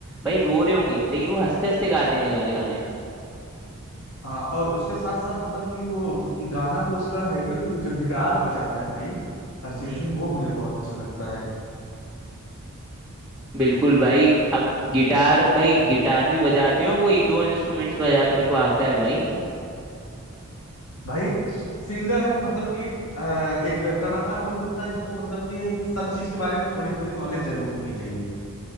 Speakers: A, in the centre; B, on the left.
A: भाई रो रहे होंगे लेकिन वो हंसते हंसते गाते हैं ये गाले गाने
B: हाँ और उसके साथ साथ मतलब कि वो गाना तो उसका है ही जो गिटार बजाता है भाई अरिजीत
A: हम्म
B: सिंह वो मुझे बहुत अच्छा लगता है
A: बिल्कुल भाई अब गिटार भाई गिटार भी बजाते हो वो एक दो इंस्ट्रूमेंट्स बजाते हैं उनको आता है भाई
B: भाई सिंगर है तो मतलब कि अ, एक कलाकार वही होता है जिसको मतलब कि सब चीज के बारे में थोड़ी थोड़ी नॉलेज जरूर होनी चाहिए